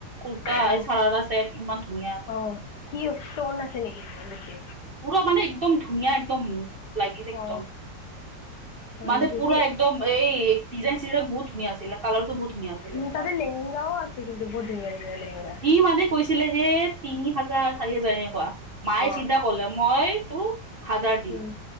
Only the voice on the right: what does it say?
কুৰ্তা
এই চাৰাৰা ছেট ইমান ধুনীয়া।
পুৰা মানে একদম ধুনীয়া একদম। লাগিছে
একদম <inaudible>
মানে
পুৰা
একদম এই ডিজাইন চিজাইন বহুত ধুনীয়া আছিলে কালাৰটো বহুত ধুনীয়া আছিলে
তোমাৰ।
ই মানে কৈছিলে যে তিনি হাজাৰ চাৰি হাজাৰ এনেকুৱা মায়ে
চিধা কলে মই তো- হাজাৰ দিম,